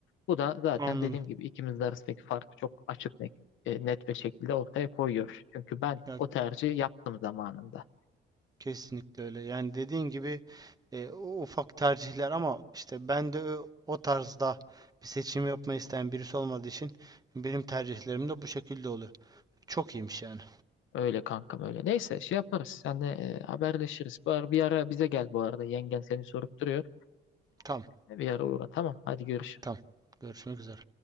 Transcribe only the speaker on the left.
Bu da zaten
dediğim gibi ikimiz arasındaki farkı çok açık net, e, net bir şekilde ortaya koyuyor. Çünkü ben
o tercihi yaptım zamanında.
Öyle kankam öyle. Neyse şey yaparız. Senle e, haberleşiriz. Bari bir ara bize gel bu arada. Yengen seni sorup duruyor.
E, bir ara uğra. Tamam. Hadi görüşürüz.